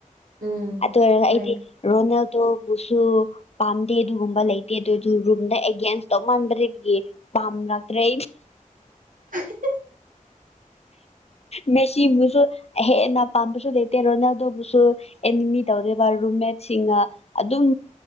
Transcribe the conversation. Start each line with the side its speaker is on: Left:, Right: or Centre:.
Right: ꯎꯝ
Left: ꯇꯣꯏꯔꯒ
Right: ꯍꯣꯏ
Left: ꯑꯩꯗꯤ ꯔꯣꯅꯦꯜ ꯇꯣꯕꯨꯁꯨ ꯄꯥꯝꯗꯦ ꯑꯗꯨꯒꯨꯝꯕ ꯂꯩꯇꯦ ꯑꯗꯨꯗꯨ ꯔꯨꯝꯗ ꯑꯦꯒꯦꯟꯁ ꯇꯧ ꯃꯥꯟꯕꯒꯤ ꯄꯝꯔ ꯇ꯭ꯔ
Right: <unintelligible>
Left: ꯃꯦ ꯁꯤꯣ ꯍꯦꯟꯅ ꯄꯥꯝꯕꯁꯨ ꯂꯩꯇꯦ ꯔꯣꯅꯥꯜꯗꯣꯕꯨꯁꯨ ꯑꯦꯅꯤꯃꯤ ꯇꯧꯦꯕ ꯔꯨꯝꯃꯦꯠꯁꯤꯡꯅ ꯑꯗꯨꯝ